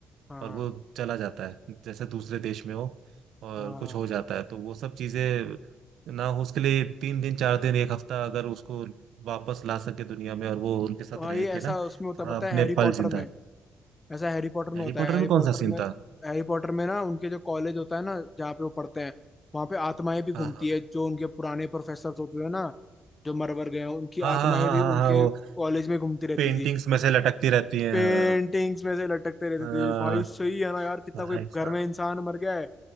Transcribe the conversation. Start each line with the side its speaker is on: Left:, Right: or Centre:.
Left: हाँ
Right: और वो चला जाता है जैसे दूसरे देश में हो और
Left: हाँ
Right: कुछ हो जाता है तो वो सब चीजें ना हो उसके लिए तीन दिन चार दिन एक हफ्ता अगर उसको वापस ला सके दुनिया में और वो उनके साथ
Left: भाई
Right: रह
Left: ऐसा
Right: के ना
Left: उसमें होता
Right: थोड़ा
Left: पता
Right: अपने
Left: है हैरी
Right: पल
Left: पॉटर
Right: जिंदा
Left: में ऐसा हैरी पॉटर में
Right: हैरी
Left: होता
Right: पॉटर
Left: है हैरी
Right: में कौन
Left: पॉटर
Right: सा सीन
Left: में
Right: था
Left: हैरी पॉटर में ना उनके जो कॉलेज होता है ना जहाँ पे वो पढ़ते हैं वहाँ पे आत्माएं भी घूमती
Right: हाँ हाँ
Left: है जो उनके पुराने प्रोफेसर होते थे ना जो मरवर गए हैं उनकी
Right: हाँ
Left: आत्माएं
Right: हाँ हाँ
Left: भी उनके
Right: हाँ हाँ वो
Left: कॉलेज में घूमती रहती
Right: पेंटिंग्स
Left: थी
Right: में से लटकती रहती हैं
Left: पेंटिंग्स
Right: हाँ
Left: में से लटकते रहती
Right: हाँ,
Left: थी भाई सही है ना यार कितना
Right: भाई
Left: कोई
Right: साहब
Left: घर में इंसान मर गया है